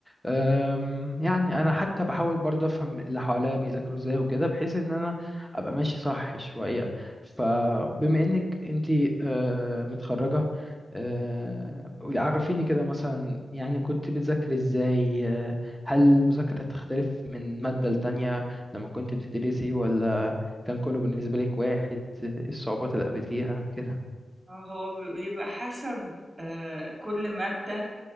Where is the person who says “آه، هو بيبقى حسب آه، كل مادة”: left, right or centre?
Right